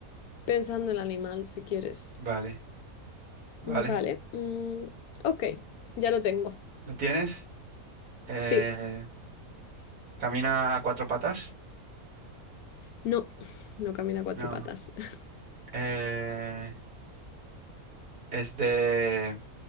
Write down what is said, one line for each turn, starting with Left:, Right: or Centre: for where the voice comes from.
Left: pensando el animal, si quieres.
Right: Vale, vale.
Left: Vale. mm, ok, ya lo tengo.
Right: ¿Lo tienes? Eh,
Left: Sí.
Right: ¿camina a cuatro patas?
Left: No, no camina a cuatro
Right: No.
Left: patas. <laughs>
Right: Eh, ¿es de,